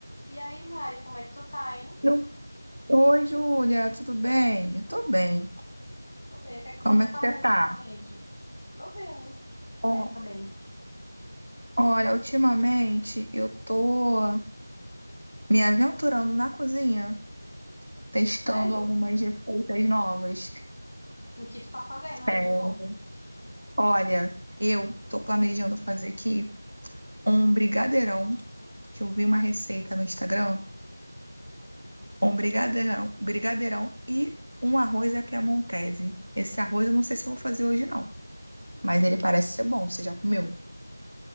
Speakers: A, on the left; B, on the right.
A: E aí, Mari, como é que tu tá, hein?
B: Eu- Oi, Júlia, tudo bem? Eu tô bem.
A: Tô bem. O que é que
B: Como
A: tu anda
B: é
A: fazendo
B: que você tá?
A: ultimamente? Tô bem. Tô
B: Ó,
A: bem, tô bem.
B: Olha, ultimamente eu tô me aventurando na cozinha, testando
A: Sério?
B: algumas receitas novas.
A: O que tu tá fazendo aí
B: É,
A: de bom?
B: olha, eu tô planejando fazer aqui um brigadeirão, que eu vi uma receita no Instagram, um brigadeirão, brigadeirão e um arroz à piamontese. Esse arroz eu não sei se eu vou fazer hoje não, mas ele parece ser bom, você já comeu?